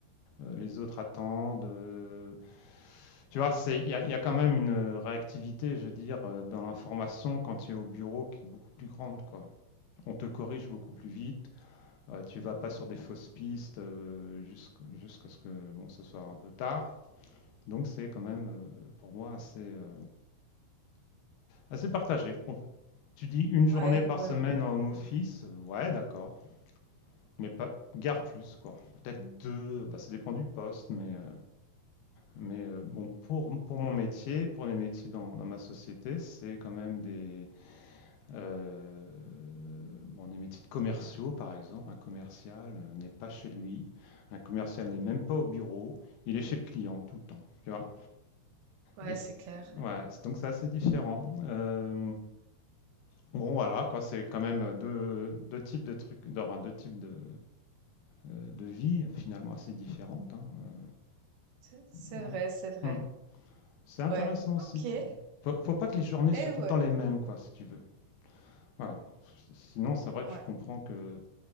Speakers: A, on the left (about 75°); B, on the right (about 75°).
A: euh, les autres attendent. Euh, tu vois, il y, y, a quand même une réactivité, je veux dire, euh, dans l'information quand tu es au bureau qui est beaucoup plus grande. Quoi. On te corrige beaucoup plus vite, euh, tu ne vas pas sur des fausses pistes euh, jusqu'à jusqu ce que bon, ce soit un peu tard. Donc c'est quand même euh, pour moi assez, euh, assez partagé. On, tu dis une
B: Ouais,
A: journée par
B: ouais,
A: semaine en home office, euh, ouais d'accord, mais pas, guère plus quoi. Peut-être deux, bah, ça dépend du poste, mais euh, Mais euh, bon, pour, pour mon métier, pour les métiers dans, dans ma société, c'est quand même des, euh, bon, des métiers de commerciaux, par exemple. Un commercial euh, n'est pas chez lui, un commercial n'est même pas au bureau, il est chez le client tout le temps, tu vois.
B: ouais,
A: Et c-
B: c'est clair.
A: ouais, c'est- donc c'est assez différent. Euh, bon, voilà, quoi, c'est quand même deux, deux types de trucs, de- enfin, deux types de, euh, de vie finalement assez différentes. hein. Euh,
B: C'est c'est
A: ouais.
B: vrai, c'est vrai.
A: Hmm. C'est intéressant
B: Ouais,
A: aussi,
B: Ok.
A: quoi.
B: Eh
A: Faut, faut pas que les journées
B: eh
A: soient
B: ouais,
A: tout le temps les mêmes, quoi, si tu veux. Voilà. Sinon, c'est vrai
B: ouais.
A: que je comprends que